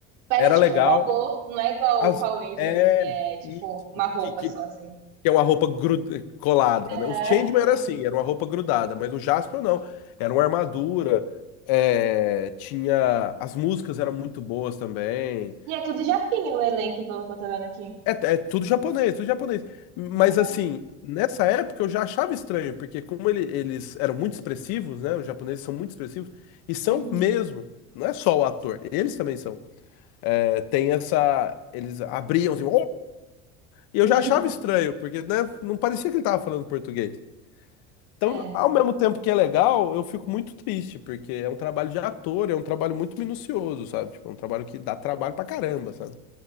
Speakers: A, on the right; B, on the left.
A: Parece
B: era
A: tipo
B: legal.
A: um robô, não é igual
B: As-
A: o Power Rangers,
B: é,
A: que é tipo
B: isso,
A: uma roupa
B: que, que,
A: só
B: que
A: assim.
B: é uma roupa gru- colada,
A: Aham,
B: né? Os Changeman
A: sim.
B: era assim, era uma roupa grudada, mas o Jaspion não. Era uma armadura, é, tinha... As músicas eram muito boas também.
A: E é tudo japinha o elenco, pelo que eu tô vendo aqui.
B: É, é tudo japonês, tudo japonês. Mas
A: Caraca.
B: assim, nessa época eu já achava estranho, porque como ele- eles eram muito expressivos, né? Os japoneses são muito expressivos, e são
A: Uhum.
B: mesmo. Não é só o ator, eles também são. É, tem essa... Eles abriam assim... E eu
A: <laughs>
B: já achava estranho, porque, né, não parecia que ele tava falando português. Então,
A: É.
B: ao mesmo tempo que é legal, eu fico muito triste, porque é um trabalho de ator, é um trabalho muito minucioso, sabe? Tipo, é um trabalho que dá trabalho pra caramba, sabe?